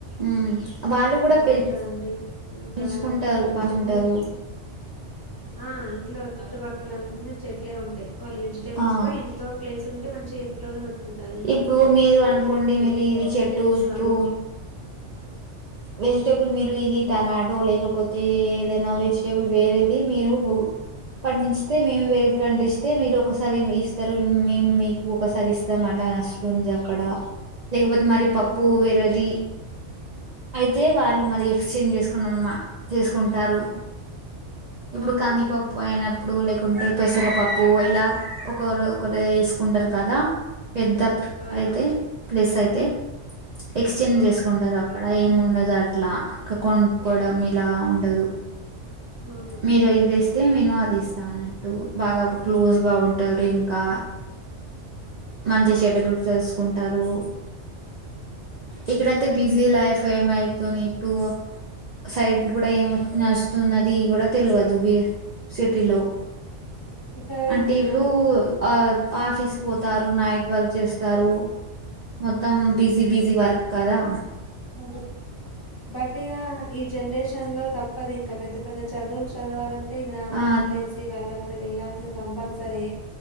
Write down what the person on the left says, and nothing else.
ఇలా
ఉంటదండి ఇంకా
సిటీ ఆ ఇంట్లో చుట్టు పక్కల చెట్లే ఉంటాయి వాళ్ళు వెజిటేబుల్స్
కూడా ఇంట్లో ప్లేస్ ఉంటే మంచిగా ఇంట్లోనే పెట్టుకుంటారు ఇంకా
వాళ్ళు
ఈ విలేజెస్
వాళ్ళు
అవునండి
అవునండి
అవునవును
అవునవునండి
అవును
అదేవిధంగా
ఇడి <unintelligible> బట్ ఇక ఈ జనరేషన్ లో తప్పదు ఇంకా పెద్ద పెద్ద చదువులు చదవాలని అంటే గ్రామం
వదిలేసి వాళ్ళు అక్కడ వెళ్లాాల్సింది కంపల్సరీ